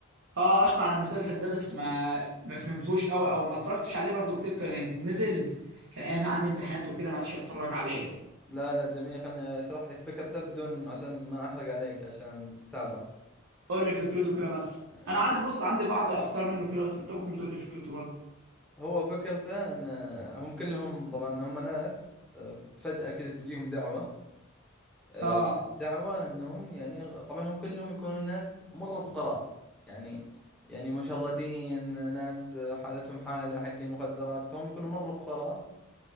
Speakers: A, on the right; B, in the centre.
A: اه اسمع عن المسلسل ده بس ما ما فهمتوش قوي او ما اتفرجتش عليه برضو كتير كان نزل كان ايامها عندي امتحانات وكده ما عادش اتفرج عليه
B: لا لا جميل خلني اشرح لك فكرته بدون عشان ما احرق عليك عشان تتابعه
A: قول لي فكرته كده مثلا
B: أه،
A: انا
B: فك-
A: عندي بص عندي بعض الافكار منه كده بس انت ممكن تقول لي فكرته برضه
B: هو فكرته ان هم كلهم طبعا هم ناس أه، فجأة كذا تجيهم دعوة آه،
A: اه
B: دعواه انهم يعني طبعا هم كلهم يكونون ناس مره فقراء يعني يعني مشردين ناس حالتهم حاله حقين مخدرات فهم يكونوا مره فقراء